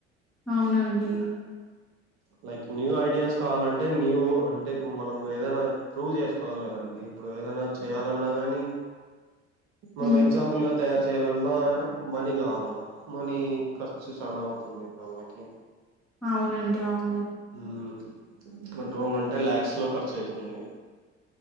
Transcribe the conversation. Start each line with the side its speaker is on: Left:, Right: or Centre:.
Centre: అవునండి
Right: లైక్ న్యూ ఐడియాస్ కావాలంటే న్యూ అంటే మనం ఏదైనా ప్రూవ్ చేసుకోవాలి కదండి ఇప్పుడు ఏదైనా చేయాలన్నా గానీ మనం
Centre: హ్మ్.
Right: ఎగ్జాంపుల్గా తయారు చేి చేయాలన్నా మనీ కావాల మనీ ఖర్చు చాలా అవుతుంది వాళ్ళకి
Centre: అవునండి అవును
Right: హ ఒక డ్రోన్ ఉంటే లలాక్స్ లో ఖర్చు అయితుంది